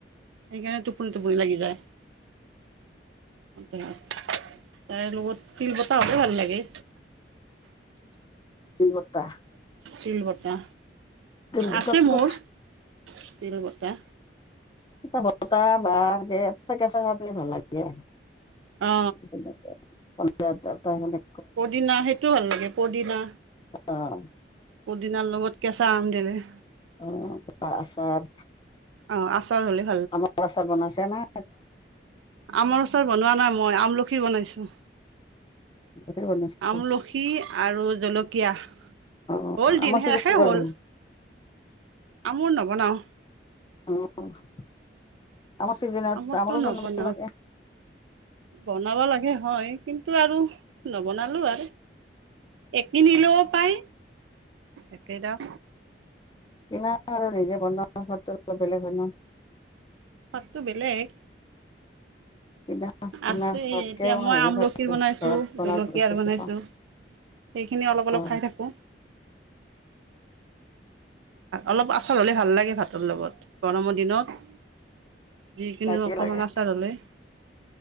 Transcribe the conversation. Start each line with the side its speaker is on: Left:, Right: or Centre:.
Right: সেইকাৰণে টোপনি টোপনি লাগি যায়। তাৰ লগত তিল বটা হ'লেও ভাল লাগে।
Left: বতাহ
Right: তিল বটা,
Left: বতাহটো
Right: আছে মোৰ। তিল বটা।
Left: তিল বটা বা তাৰ কেঁচা ভাৱটোৱে ভাল লাগে। তাৰমানে
Right: অ পদিনা সেইটো ভাল লাগে, পদিনা।
Left: অ',
Right: পদিনাৰ লগত কেঁচা আম দিলে।
Left: উম্, আচাৰ
Right: অ', আচাৰ হ'লেও
Left: আমৰ আচাৰ বনাইছানে?
Right: আমৰ আচাৰ বনোৱা নাই মই, আমলখিৰ বনাইছোঁ।
Left: ধেৰ বনাইছে
Right: আমলখি আমলখি আৰু জলকীয়া,
Left: অ
Right: হ'ল
Left: আমৰ
Right: দিন
Left: চিজন
Right: শেষে
Left: গ'ল
Right: হ'ল।
Left: দেখোন
Right: আমৰ নৱনাওঁ।
Left: অ', আমাৰ চিজনত,
Right: আমৰটো
Left: আমাৰো
Right: নবনাও
Left: বনাব লাগে।
Right: বনাব লাগে হয়, কিন্তু আৰু নবনালো আৰু। এ কিনিলেও পাই, একেদাম
Left: কিনা আৰু নিজে বনোৱা ঘৰতো অলপ বেলেগ হয় ন!
Right: সোৱাদটো বেলেগ।
Left: কিনা কিনা
Right: আছে,
Left: সোৱাদকে
Right: এতিয়া মই আমলখিৰ
Left: হেৰি সোৱাদটো বেছি
Right: বনাইছোঁ,
Left: ঘৰত বনোৱাটো
Right: জলকীয়াৰ
Left: বেছি ভাল
Right: বনাইছোঁ।
Left: পাওঁ
Right: সেইখিনি অলপ অলপ
Left: অ
Right: খাই থাকোঁ। অলপ আচাৰ হ'লে ভাল লাগে ভাতৰ লগত, গৰমৰ দিনত। যিকিনো
Left: লাগে
Right: অকণমান
Left: লাগে
Right: আচাৰ হ'লে।